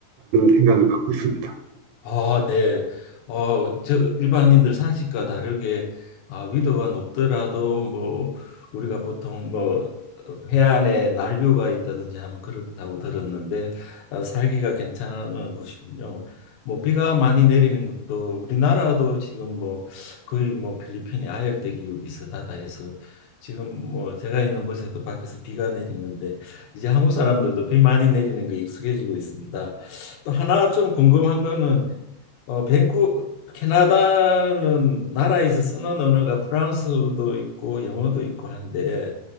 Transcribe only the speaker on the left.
아, 네. 어, 저 일반인들 상식과 다르게 아, 위도가 높더라도 뭐 우리가 보통 뭐 해안에 난류가 있다든지 하면 그렇다고 들었는데 어, 살기가 괜찮은 곳이군요. 뭐 비가 많이 내리는 것도 우리나라도 지금 뭐 거의 뭐 필리핀의 아열대 기후 비슷하다 해서 지금 뭐 제가 있는 곳에도 밖에서 비가 내리는데 이제 한국 사람들도 비 많이 내리는 거 익숙해지고 있습니다. 또 하나 좀 궁금한 거는 어, 밴쿠 캐나다는 나라에서 쓰는 언어가 프랑스어도 있고 영어도 있고 한데